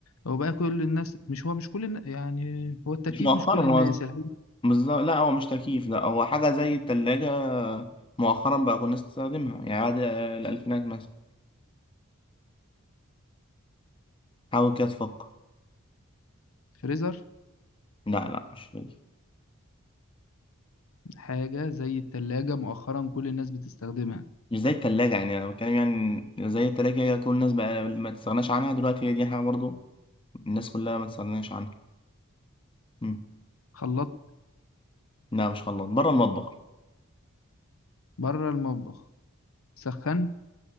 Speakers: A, on the left; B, on the left.
A: هو بقى كل الناس مش هو مش كل الناس يعني هو التكييف
B: مش مؤخرا
A: مش كل الناس
B: هو
A: الحاجة
B: بالظبط لا هو مش تكييف لا هو حاجة زي التلاجة مؤخرا بقى كنا نستخدمها يعني بعد الألفينات مثلا حاول كده تفكر
A: الفريزر
B: لا لا مش فاكر
A: حاجة زي التلاجة مؤخرا كل الناس بتستخدمها
B: مش زي التلاجة يعني أنا بتكلم يعني زي التلاجة كل الناس بقى ما تستغناش عنها دلوقتي هي دي حاجة برضو الناس كلها ما تستغناش عنها مم.
A: خلاط
B: لا مش خلاط بره المطبخ
A: بره المطبخ سخن